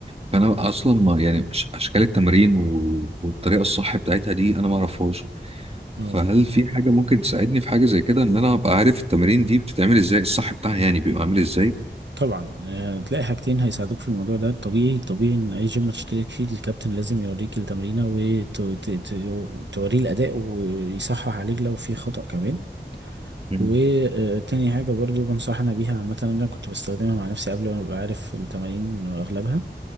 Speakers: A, on the right; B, on the right.
A: فانا اصلا ما يعني أش- اشكال التمارين و... والطريقه الصح بتاعتها دي انا ما اعرفهاش
B: اه
A: فهل في حاجه ممكن تساعدني في حاجه زي كده ان انا ابقى عارف التمارين دي بتتعمل ازاي الصح بتاعها يعني بيبقى عامل ازاي
B: طبعا آه، هتلاقي حاجتين هيساعدوك في الموضوع ده الطبيعي طبيعي ان اي جيم هتشترك فيه الكابتن لازم يوريك التمرينه وتوريه الاداء ويصحح عليك لو في خطأ كمان
A: مم.
B: وتاني حاجه برضو بنصحنا بيها عامه انا كنت بستخدمها مع نفسي قبل ما ابقى عارف التمارين اغلبها